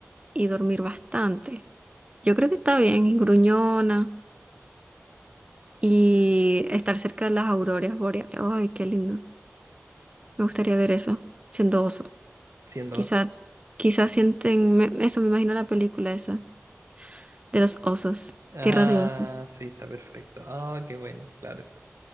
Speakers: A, on the right; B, on the right.
A: y dormir bastante. Yo creo que está bien, y gruñona, y estar cerca de las auroras boreales. Ay, qué lindo. Me gustaría ver eso, siendo oso.
B: siendo
A: Quizás,
B: oso.
A: quizás sienten, me- eso me imagino la película esa, de los osos,
B: Ah,
A: Tierra de Osos.
B: sí, está perfecto. Ah, qué buena, claro.